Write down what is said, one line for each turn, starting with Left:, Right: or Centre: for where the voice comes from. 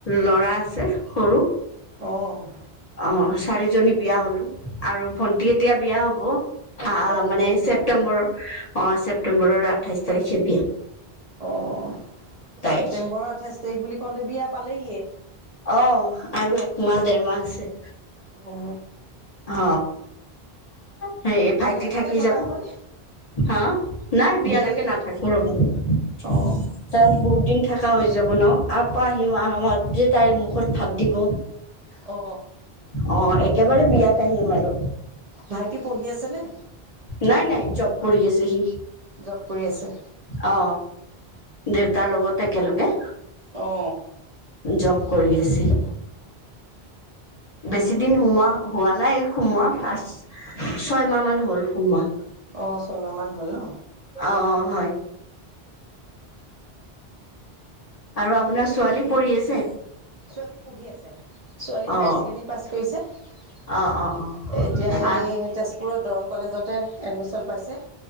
Left: লৰা আছে সৰু
Right: অঁ
Left: অ চাৰিজনী বিয়া হলো আৰু ভন্টি এতিয়া বিয়া হব আহ
Right: অ
Left: মানে
Right: ভণ্টিৰ
Left: ছেপ্তেম্বৰৰ
Right: বিয়া হ'ল
Left: অ ছেপ্তেম্বৰৰ আঠাইশ তাৰিখে বিয়া
Right: অ ছেপ্তেম্বৰৰ
Left: তাইৰ
Right: আঠাইছ তাৰিখ বুলি কওঁতে বিয়া পালেহিয়ে
Left: অ আৰু একমাহ দেৰ মাহ আছে
Right: অহ
Left: অ সেই ভাইটি
Right: বিয়ালৈকে
Left: থাকি
Right: থকা
Left: যাব
Right: হ'বনে
Left: হা নাই বিয়ালেকে
Right: বিয়ালৈ
Left: নাথাকো ৰ'ব তান
Right: অ
Left: বহুত দিন থাকা হৈ যাব ন আপা আহিম আহা মাহত যে তাইৰ মুখত ভাত দিব
Right: অ
Left: অ একেবাৰে বিয়াত আহিম আৰু
Right: ভাইটি পঢ়ি আছে নে
Left: নাই নাই জব কৰি আছে সি
Right: জব কৰি আছে
Left: অ দেউতাৰ লগত একেলগে
Right: অ
Left: জব কৰি আছে বেছি দিন সোমো হোৱা নাই সোমোৱা পাচ ছয়মাহ মান হ'ল সোমা
Right: অ ছয়মাহ মান হ'ল ন
Left: অ অ হয় আৰু আপোনাৰ ছোৱালী পৰি আছে
Right: ছোৱালী পঢ়ি আছে ছোৱালী হায়াৰ
Left: অ
Right: ছেকেণ্ডৰী পাছ কৰিছে
Left: অ অ অ
Right: এতিয়া এই
Left: আহ
Right: তেজ পুৰত দৰং কলেজতে এডমিশন পাইছে